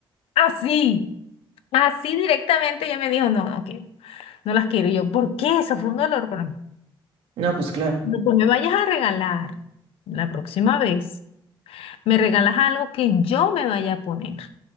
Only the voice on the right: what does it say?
No, pues claro.